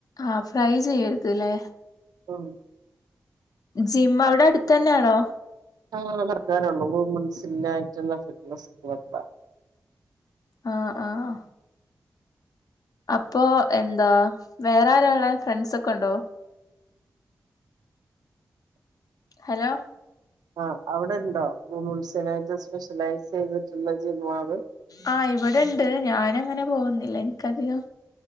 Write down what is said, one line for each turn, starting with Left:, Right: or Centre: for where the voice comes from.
Left: ആഹ് ഫ്രൈ ചെയ്യരുത് ല്ലേ.
Right: ഉം
Left: ജിം അവടെ അടുത്തന്നെണോ?
Right: ആഹ് നടക്കാനള്ളൂ. വുമൻസിന്റായിട്ടുള്ള ഫിറ്റ്നസ് ക്യാബ്ബാ.
Left: ആഹ്! ആഹ്! അപ്പൊ എന്താ വേറാരാള്ളെ. ഫ്രണ്ട്സൊക്കെണ്ടോ? ഹലോ
Right: ആഹ് അവിടെണ്ടോ? വുമൺസിനായിട്ട് സ്പെഷ്യലൈസിതിട്ടുള്ള ജിമാള്.
Left: ആഹ് ഇവിടെണ്ട്. ഞാനങ്ങനെ പോകുന്നില്ല. എനിക്കധികം